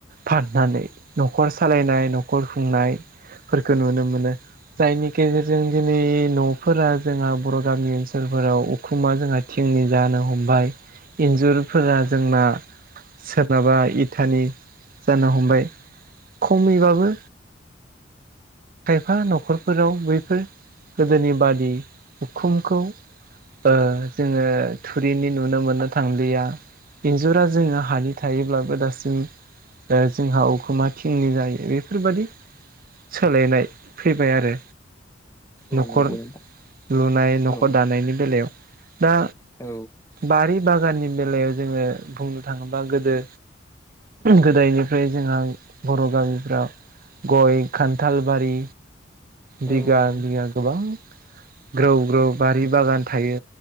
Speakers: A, on the right; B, on the left.
A: फाननानै न'खर सालायनाय न'खर खुंनायफोरखौ नुनो मोनो। जायनि गेजेरजों दिनै न' फोर जोंहा बर' गामि ओनसोलफोराव उखुमा जोंहा थिंनि जानो हमबाय। इन्जुरफोरा जोंना सोरनाबा इटानि जानो हमबाय खमैबाबो एफा न'खरफोराव बैफोर गोदोनि बादि उखुमखौ ओ जोङो थुरिनि नुनो मोननो थांलिया। एन्जुरा जोङो हानि थायोब्लाबो दासिम ओ जोंहा अखुमा थिंनि जायो बेफोरबादि सोलायनाय फैबाय आरो नखर
B: नंगौ नोंथां
A: लुनाय नखर
B: औ
A: दानायनि बेलायाव। दा
B: औ
A: बारि बागाननि बेलायाव जोङो बुंनो थाङोब्ला गोदो गोदोनिफ्राय जोंहा बर' गामिफोराव गय खान्थालबारि
B: औ
A: बिगा
B: नंगौ
A: बिगा गोबां ग्रौ ग्रौ बारि बागान थायो।